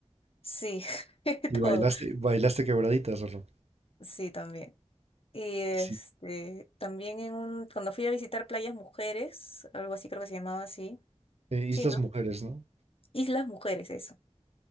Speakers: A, on the left; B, on the right.
A: Sí, <laughs>
B: ¿Y
A: todo.
B: bailaste, bailaste quebraditas o no?
A: Sí, también. Y este,
B: Sí.
A: también en un, cuando fui a visitar Playas Mujeres, algo así creo que se llamaba así.
B: Eh, Islas
A: Sí, ¿no?
B: Mujeres, ¿no?
A: Islas Mujeres, eso.